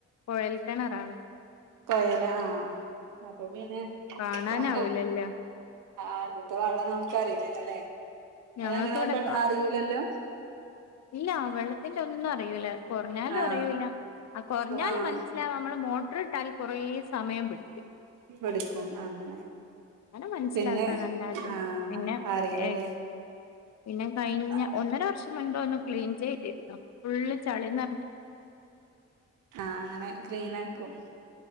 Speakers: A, on the left; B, on the right.
A: കുഴൽക്കിണറാണ്
B: കൊയല ആഹ അപ്പൊ പിന്നെ
A: കാണാനാവൂലല്ലോ
B: ആഹ അദ്യത്തെ വെള്ളംന്ന് നമുക്ക്റിയില്ലല്ലല്ലേ
A: ഞങ്ങൾക്ക്
B: അത അങ്ങനെയാ
A: ഇവിടെ
B: അറിയിലല്ലോ
A: ഇല്ല വെള്ളത്തിറെ ഒന്നും അറിയിൂല്ല കുറഞ്ഞാലും
B: ആഹ്
A: അറിൂല്ല ആ കുറഞ്ഞാലും
B: ആഹ്
A: മനസ്സിലാവ നമ്മള് മോട്ടറി ഇട്ടാൽ കൊറ സമയം പിടിക്കും
B: പഠിക്കും അങ്ങനെ
A: അങ്ങനെ മനസ്സിലാക്കാ
B: പിന്നെ
A: നല്ലാതെ
B: ആഹ്
A: പിന്നെ
B: അറിയില്ലല്ലേ
A: ഏർ പിന്നെ കഴിഞ്ഞ
B: ആഹ്
A: ഒന്നര വർഷം മുൻപ് ഒന്ന് ക്ലീൻ ചെയ്തിരുന്നു ഫുള്ള് ചളിന്ന്
B: ആഹ് അങ്ങനെ ക്ലീനാക്കും